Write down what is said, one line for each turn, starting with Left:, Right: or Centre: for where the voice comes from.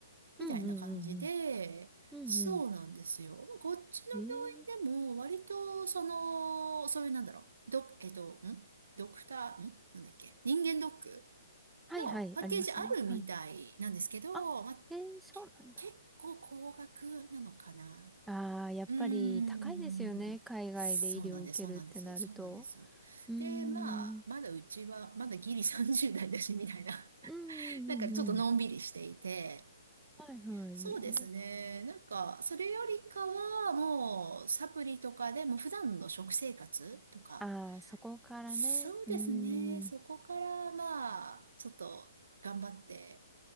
Right: みたいな感じで、
Centre: うんうんうんうん。うんうん。
Right: そうなんですよ。こっちの
Centre: えー。
Right: 病院でも割と、その、そういうなんだろう、ド、えっと、んドクター、んなんだっけ人間ドック
Centre: はいはい、
Right: のパッケージあるみたいなんですけど、
Centre: ありますね。はい。あ、
Right: まあ、
Centre: えー、そうなんだ。
Right: け結構高額なのかな。
Centre: ああ、やっぱり高いですよね。
Right: うーん。
Centre: 海外で医療を受けるってなると。
Right: そうなんです、そうなんです、そうなんですよ。
Centre: うーん。
Right: で、まあ、まだうちは、まだギリ30代だし、みたいな。
Centre: うんうんうんうん。
Right: なんかちょっとのんびりしていて、
Centre: はいはい。
Right: そうですね。なんか、それよりかは、もう、サプリとかでも普段の食生活とか、
Centre: ああ、そこからね。
Right: そうですね。
Centre: うーん。
Right: そこから、まあ、ちょっと頑張って、